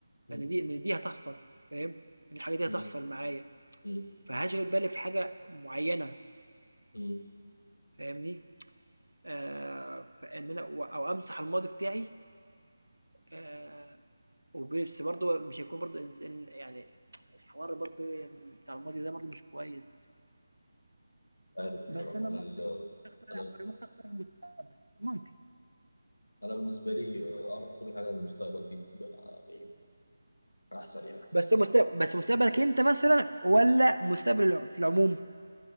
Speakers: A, on the left; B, on the right.
A: مم.
B: أنا دي إن دي هتحصل فاهم، إن الحاجة دي
A: مم.
B: هتحصل معايا،
A: مم.
B: فهاشغل بالي في حاجة معينة
A: مم.
B: فاهمني؟ آه، فان انا و- او امسح الماضي بتاعي آه، وبس برضه مش هيكون برضه إنس- إن- يعني الحوار برضه بتاع الماضي ده برضه مش كويس
A: عارف
B: بس
A: بصراحه
B: انا
A: انا
B: ممكن
A: ال...
B: ممكن اختار لا
A: انا
B: أنا ممكن اختار المست- ممكن
A: انا بالنسبه لي آه، اعرف كل حاجه عن المستقبل دي بتبقى يعني احسن يعني
B: بس مستقبل بس مستقبلك انت مثلا ولا مستقبل الع- في العموم